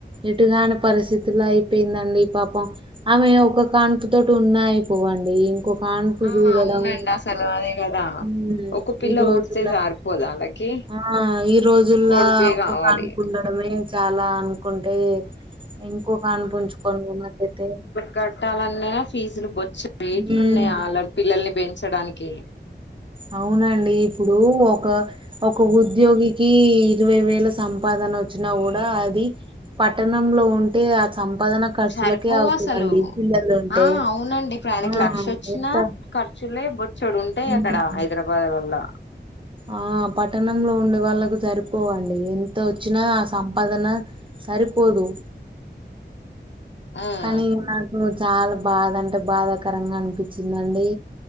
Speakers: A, on the right (about 30°); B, on the left (about 75°).
A: ఎటుగాని పరిస్థితుల్ల అయిపోయిందండి పాపం. ఆమె ఒక కాన్పు తోటి ఉన్నా అయిపోవండి. కాన్పు
B: ఆ
A: చూడడం
B: అవునండి అసలు అదే కదా.
A: హ్మ్
B: ఒక పిల్ల
A: ఈ రోజుల్ల
B: పుడితే సరిపోదు వాళ్ళకి
A: ఆ ఈ రోజుల్ల
B: కొడుకే
A: ఒక
B: కావాలి
A: కాన్పు ఉండడమే. చాలా అనుకుంటే ఇంకొ కాన్పు ఉంచుకుంది నాకైతే.
B: కట్టాలన్న ఫీజులు బొచ్చే రేట్లు
A: హ్మ్
B: ఉన్నాయి వాళ్ళ పిల్లల్ని పెంచడానికి.
A: అవునండి ఇప్పుడు ఒక ఒక ఉద్యోగి. కి ఇరవై వేల సంపాదన వచ్చినా కూడా అది పట్టణంలో ఉంటే. సంపాదన ఖర్చులకే
B: సరిపోవు
A: అవుతుందండి
B: అసలు
A: పిల్లలు ఉంటే
B: ఆ అవునండి ఇప్పుడు ఆయనకి
A: ఆ
B: లక్ష వచ్చినా
A: ఎంత.
B: ఖర్చులే బొచ్చడు ఉంటాయి
A: ఉమ్.
B: అక్కడ హైదరాబాద్ లల్ల.
A: ఆ పట్టణంలో ఉండే వాళ్ళలకు సరిపోవండి ఎంత వచ్చినా ఆ సంపాదన. సరిపోదు.
B: ఉమ్
A: కానీ నాకు చాలా బాధ అంటే బాధాకరంగా అనిపించిందండి.